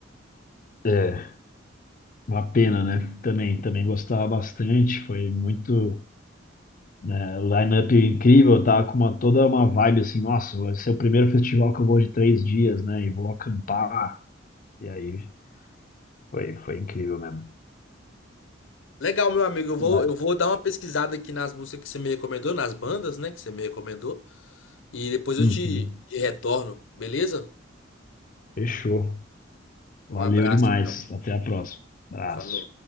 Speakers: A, on the left; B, on the left.
A: É. Uma pena, né? Também, também gostava bastante, foi muito, né, line-up incrível, tá com uma toda uma vibe assim, nossa, vai ser o primeiro festival que eu vou de três dias, né? E vou acampar. E aí, foi, foi incrível mesmo.
B: Legal, meu amigo. Eu vou,
A: Mas-
B: eu vou dar uma pesquisada aqui nas músicas que você me recomendou, nas bandas, né, que você me recomendou, e depois eu
A: Uhum.
B: te retorno, beleza?
A: Fechou. Valeu
B: Um abraço,
A: demais.
B: então.
A: Até a próxima. Abraço.
B: Falou.